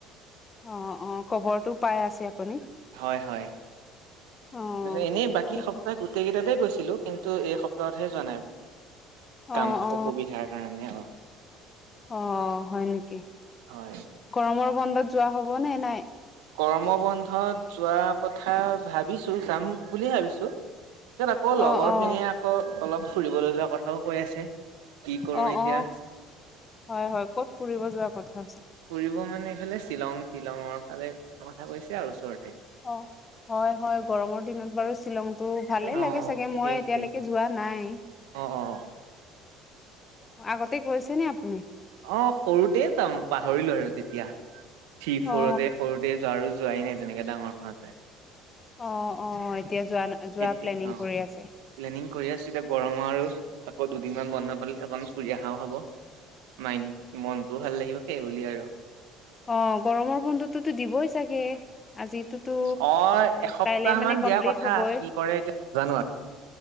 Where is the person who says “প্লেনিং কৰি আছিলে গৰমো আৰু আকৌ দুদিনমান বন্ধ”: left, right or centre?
Right